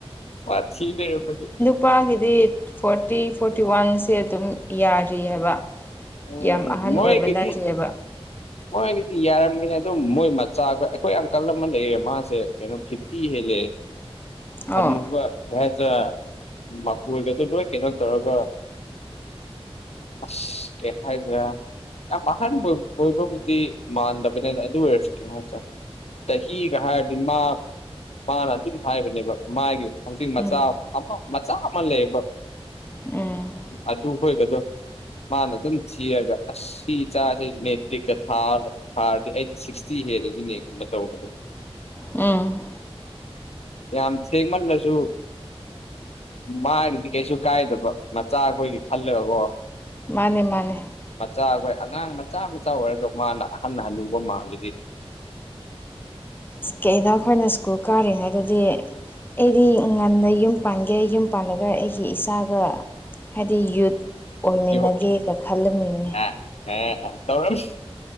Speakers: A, on the left; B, on the left.
A: ꯃꯥ ꯊꯤ ꯂꯩꯔꯝꯕꯅꯤ
B: ꯅꯨꯨꯄꯥꯒꯤꯗꯤ ꯐꯣꯔꯇꯤ ꯐꯣꯔꯇꯤ ꯋꯥꯟꯁꯦ ꯑꯗꯨꯝ ꯌꯥꯔꯤꯑꯕ
A: ꯎꯝ
B: ꯌꯥꯝ ꯑꯍꯟ
A: ꯃꯣꯏꯒꯤꯗꯤ
B: ꯑꯣꯏꯕ ꯅꯠꯇ꯭ꯔꯦꯕ
A: ꯃꯣꯏꯒꯤꯗꯤ ꯌꯥꯔꯝꯒꯅꯤ ꯑꯗꯨꯝ ꯃꯣꯏ ꯃꯆꯥ ꯑꯩꯈꯣꯏ ꯑꯪꯀꯜ ꯑꯃ ꯂꯩꯔꯦ ꯃꯥꯁꯦ ꯀꯩꯅꯣ ꯐꯤꯐꯇꯤ ꯍꯦꯜꯂꯦ <inaudible>
B: ꯑꯣ
A: ꯍꯟꯨꯕ ꯀꯩꯍꯥꯏꯁꯤꯔ ꯃꯀꯣꯏꯒꯗꯣ ꯅꯣꯏ ꯀꯩꯅꯣ ꯇꯧꯔꯒ ꯑꯁ ꯀꯩ ꯍꯥꯏꯕꯔꯥ ꯌꯥꯝ ꯑꯍꯥꯟꯕ ꯑꯣꯏꯕꯕꯨꯗꯤ ꯃꯥꯟꯗꯕꯅꯦꯅ ꯑꯗꯨ ꯑꯣꯏꯔꯁꯨ ꯀꯩꯅꯣ ꯍꯥꯏꯁꯦꯔꯥ ꯆꯍꯤꯒ ꯍꯥꯏꯔꯗꯤ ꯃꯥ ꯃꯥꯅ ꯑꯗꯨꯝ ꯍꯥꯏꯕꯅꯦꯕ ꯃꯥꯒꯤ ꯍꯧꯖꯤꯛ ꯃꯆꯥ
B: ꯎꯝ
A: ꯑꯃ ꯃꯆꯥ ꯑꯃ ꯂꯩꯌꯦꯕ
B: ꯎꯝ
A: ꯑꯗꯨꯈꯣꯏꯒꯗꯣ ꯃꯥꯅ ꯑꯗꯨꯝ ꯊꯤꯔꯒ ꯑꯁꯤ ꯆꯥꯁꯦ ꯃꯦꯇ꯭ꯔꯤꯀ ꯊꯥꯔꯒ ꯍꯥꯔꯗꯤ ꯑꯩꯗꯤ ꯁꯤꯛꯁꯇꯤ ꯍꯦꯜꯂꯒꯤꯅꯦꯒꯨꯝꯕ ꯇꯧꯕꯗꯣ
B: ꯎꯝ
A: ꯌꯥꯝ ꯊꯦꯡꯃꯜꯂꯁꯨ ꯃꯥꯒꯤꯗꯤ ꯀꯩꯁꯨ ꯀꯥꯏꯗꯕ ꯃꯆꯥ ꯑꯩꯈꯣꯏꯒꯤ ꯈꯜꯂꯥꯒꯀꯣ
B: ꯃꯥꯅꯦ ꯃꯥꯅꯦ
A: ꯃꯆꯥꯈꯣꯏ ꯑꯉꯥꯡ ꯃꯆꯥ ꯃꯆꯥ ꯑꯣꯏꯔꯒ ꯃꯥꯅ ꯑꯍꯟꯅ ꯍꯟꯅꯨꯕ ꯃꯥꯜꯂꯗꯤ
B: ꯀꯩꯅ ꯑꯩꯈꯣꯏꯅ ꯁ꯭ꯀꯨꯜ ꯀꯥꯔꯤꯉꯩꯗꯗꯤ ꯑꯩꯗꯤ ꯉꯟꯅ ꯌꯨꯝ ꯄꯥꯟꯒꯦ ꯌꯨꯝ ꯄꯥꯟꯜꯂꯒ ꯑꯩꯒꯤ ꯏꯆꯥꯒ ꯍꯥꯏꯗꯤ ꯌꯨꯠ ꯑꯣꯏꯃꯤꯟꯅꯒꯦꯒ
A: ꯌꯣꯛ
B: ꯈꯜꯂꯝꯃꯤꯅꯦ
A: ꯑꯦ ꯇꯧꯔꯝ